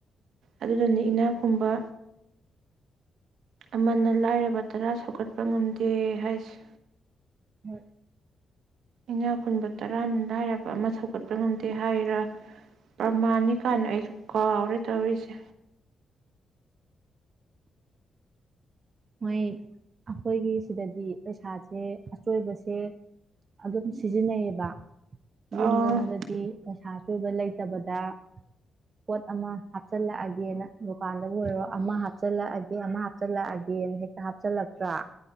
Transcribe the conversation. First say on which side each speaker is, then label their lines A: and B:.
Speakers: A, on the right (about 80°); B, on the right (about 35°).
A: ꯑꯗꯨꯗꯅꯤ ꯏꯅꯥꯛ ꯈꯨꯨꯝꯕ ꯑꯃꯅ ꯂꯥꯏꯔꯕ ꯇꯔꯥ ꯁꯧꯒꯠꯄ ꯉꯝꯗꯦ ꯍꯥꯏꯁꯦ
B: ꯍꯣꯏ
A: ꯏꯅꯥ ꯈꯨꯟꯕ ꯇꯔꯥꯅ ꯂꯥꯏꯔꯕ ꯑꯃ ꯁꯧꯒꯠꯄ ꯉꯝꯗꯦ ꯍꯥꯏꯔ ꯄ꯭ꯔꯃꯥꯅꯤ ꯀꯥꯏꯅ ꯑꯩꯁꯨ ꯀꯥꯎꯔꯦ ꯇꯧꯔꯤꯁꯦ
B: ꯃꯣꯏ ꯑꯩꯈꯣꯏꯒꯤ ꯁꯤꯗꯗꯤ ꯄꯩꯁꯥꯁꯦ ꯑꯆꯣꯏꯕꯁꯦ ꯑꯗꯨꯝ ꯁꯤꯖꯤꯟꯅꯩꯌꯦꯕ
A: ꯑꯥ
B: ꯌꯨꯝ ꯂꯣꯝꯗꯗꯤ ꯑꯁ ꯁꯥ ꯆꯣꯏꯕ ꯂꯩꯇꯕꯗ ꯄꯣꯠ ꯑꯃ ꯍꯥꯞꯆꯤꯜꯂꯛꯑꯒꯦꯅ ꯗꯨꯀꯥꯟꯗꯕꯨ ꯑꯣꯏꯔꯣ ꯑꯃ ꯍꯥꯞꯆꯤꯜꯂꯛꯑꯒꯦ ꯑꯃ ꯍꯥꯞꯆꯤꯜꯂꯛꯑꯒꯦ ꯌꯦꯦꯟ ꯍꯦꯛꯇ ꯍꯥꯞꯆꯤꯜꯂꯛꯇ꯭ꯔꯥ